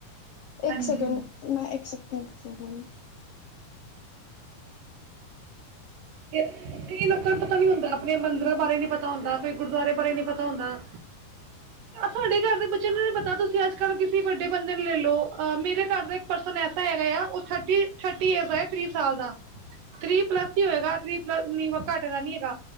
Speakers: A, on the left; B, on the right.
A: ਇੱਕ
B: ਹਾਂਜੀ
A: ਸੈਕਿੰਡ ਮੈਂ ਇੱਕ ਸਕਿੰਡ ਰੁਕੋ ਜਰਾ।
B: ਕਈ ਲੋਕਾਂ ਨੂੰ ਪਤਾ ਨੀਂ ਹੁੰਦਾ, ਆਪਣੇ ਮੰਦਿਰਾਂ ਬਾਰੇ ਨੀ ਪਤਾ ਹੁੰਦਾ। ਕੋਈ ਗੁਰਦੁਆਰੇ ਬਾਰੇ ਨੀ ਪਤਾ ਹੁੰਦਾ, ਸਾਡੇ ਘਰ ਦੇ ਬੱਚਿਆਂ ਨੂੰ ਨੀ ਪਤਾ ਤੁਸੀਂ ਅੱਜ-ਕੱਲ ਕਿਸ ਤੁਸੀਂ ਵੱਡੇ ਬੰਦੇ ਨੂੰ ਲੈ ਲਓ, ਮੇਰੇ ਘਰ ਦਾ ਇੱਕ ਪਰਸਨ ਐਸਾ ਹੈਗਾ ਆ, ਉਹ ਥਰਟੀ ਥਰਟੀ ਏਰਜ਼ ਹੈ। ਥਰੀ ਸਾਲ ਦਾ ਥਰੀ ਪਲੱਸ ਹੀ ਹੋਏਗਾ, ਥਰੀ ਪਲੱਸ ਨ ਘੱਟ ਦਾ ਨੀ ਹੈਗਾ।